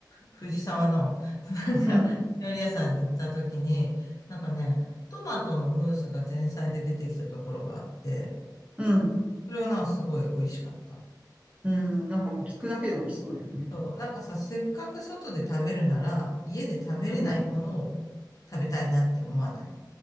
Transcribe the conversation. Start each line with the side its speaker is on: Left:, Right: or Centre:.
Left: 藤沢の、<laughs> なんか、
Right: うん、
Left: 料理屋さんに行った時に、なんかね、トマトのムースが前菜で出てきたところがあって、
Right: うん、
Left: それがなんかすごい美味しかった。
Right: うん、なんかもう聞くだけで美味しそうだよね。
Left: そう、なんかさ、せっかく外で食べるなら、家で食べれないものを
Right: うん。
Left: 食べたいなって思わない。